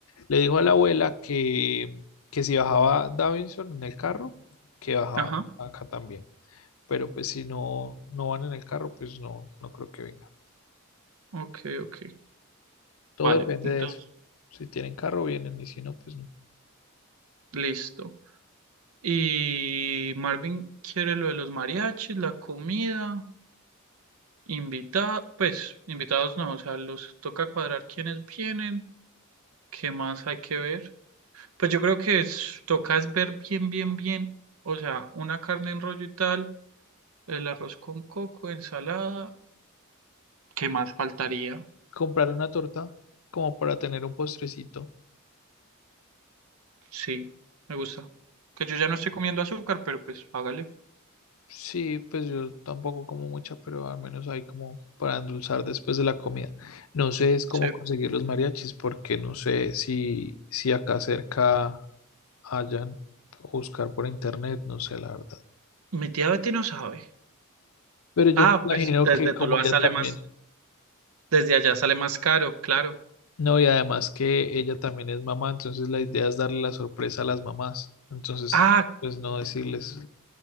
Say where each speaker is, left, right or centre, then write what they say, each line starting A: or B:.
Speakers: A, on the left; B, on the right.
A: Le dijo a la abuela que, que si bajaba Davidson en el carro, que bajaba
B: Ajá.
A: acá también. pero pues si no, no van en el carro, pues no, no creo que venga.
B: Ok, ok.
A: Todo
B: Vale,
A: depende
B: entonces,
A: de eso. Si tienen carro, vienen, y si no, pues no.
B: listo. Y Marvin quiere lo de los mariachis, la comida, invitada, pues invitados no, o sea, los toca cuadrar quiénes vienen, qué más hay que ver. Pues yo creo que es- toca es ver bien, bien, bien, o sea, una carne en rollo y tal El arroz con coco, ensalada. ¿Qué más faltaría?
A: Comprar una torta como para tener un postrecito.
B: Sí, me gusta. Que yo ya no estoy comiendo azúcar, pero pues hágale.
A: Sí, pues yo tampoco como mucha, pero al menos hay como para endulzar después de la comida. No sé es cómo
B: Sí.
A: conseguir los mariachis, porque no sé si, si acá cerca hayan, buscar por internet, no sé la verdad.
B: Mi tía Betty no sabe.
A: Pero yo
B: Ah,
A: me imagino
B: pues desde
A: que como
B: Tuluá
A: ella
B: sale
A: también.
B: más, desde allá sale más caro, claro.
A: No, y además que ella también es mamá, entonces la idea es darle la sorpresa a las mamás. Entonces,
B: Ah,
A: pues no decirles.